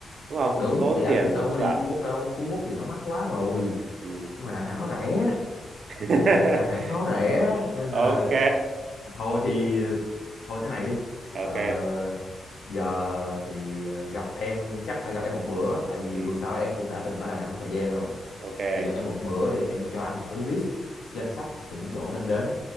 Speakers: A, on the right; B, on the left.
A: đúng không
B: đúng
A: tốn
B: thì anh
A: tiền
B: cũng đâu
A: tốn
B: có đi
A: bạc
B: Phú Quốc đâu Phú Quốc thì nó mắc quá rồi
A: ừ.
B: nhưng mà Đà Nẵng nó rẻ
A: <laughs>
B: Đà Nẵng nó rẻ nên
A: ok
B: là thôi thì thôi thế này đi
A: ok
B: ờ, giờ thì ờ, gặp em chắc phải gặp em một bữa tại vì
A: ừ.
B: dù sao em cũng đã từng ở Đà Nẵng một thời gian rồi
A: ok
B: thì gặp em một bữa đi em cho anh một cái list danh sách những chỗ nên đến